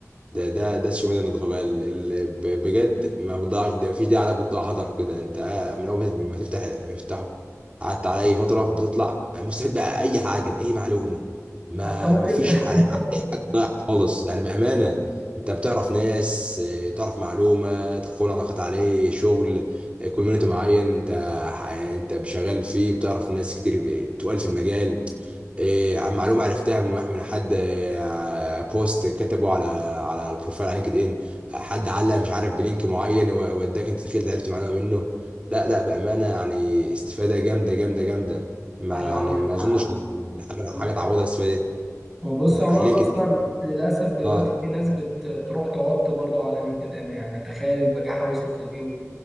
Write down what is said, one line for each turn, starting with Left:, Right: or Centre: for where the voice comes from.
Right: ده ده ده الشمال النضافه بقى اللي بجد ما بتضيعش ده مفيش داعي عليها بتضيع هدر كده انت قاعد- من اول ما تفتح افتحه قعدت على اي فتره بتطلع مستفيد بقى اي حاجه باي معلومه ما
Centre: حتى ممكن
Right: مفيش
Centre: <laughs>
Right: حالات خالص يعني بأمانة انت بتعرف ناس اه، تعرف معلومة تكون علاقات عليه شغل كوميونتي معين انت انت شغال فيه بتعرف ناس كتير اه، تقال في المجال اه، معلومة عرفتها من واحد من حد اه، بوست كتبه على على البروفايل على لينكد ان حد علق مش عارف بلينك معين ووداك انت دخلت عرفت معلومة منه لا لا بأمانة يعني استفادة جامدة جامدة جامدة ما
Centre: ايوه
Right: يعني
Centre: عندك
Right: ما اظنش
Centre: حق
Right: حاجة
Centre: عندك
Right: حاجة تعوض
Centre: حق
Right: الاستفادة دي.
Centre: هو بص
Right: يعني
Centre: عموما
Right: لينكد
Centre: اصلا
Right: ان
Centre: للاسف دلوقتي
Right: اه
Centre: في ناس بتروح تعط برضو على لينكد ان يعني تخيل البجاحه وصلت لفين